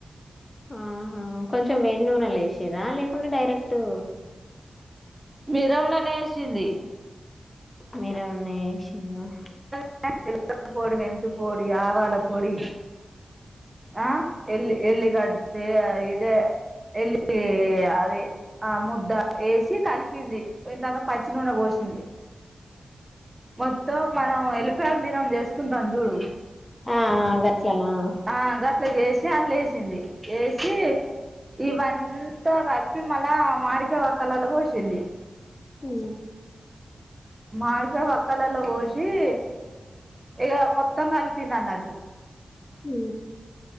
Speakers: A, on the left; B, on the right.
A: ఆహా కొంచెం వేడి నూనెల ఏశిర్రా లేకుండ డైరెక్టూ
B: మిరంలోనే ఏశింది
A: మీరే ఉన్నీ అ
B: <unintelligible> పొడి మెంతి పొడి ఆవాల పొడి ఆ ఎల్లి ఎల్లిగడ్ దే ఆ ఇదే ఎల్లి అది ఆ ముద్ద ఏసి కలిపింది ఇంతంత పచ్చి నూనె పోసింది మో తో మనం ఎళ్లిపాయ మిరం చేస్ కుంటం చూడు
A: ఆ గట్లనా
B: ఆ గట్ల చేసి అన్ లేసింది ఏసీ చ్చి ఇవంతా కలిపి మళ్ళ మాడికాయ వక్కలల పోసింది
A: ఉ
B: మామిడికాయ వక్కలల పోసి చ్చి ఇగ మొత్తం కలిపింది అన్నట్టు
A: ఉ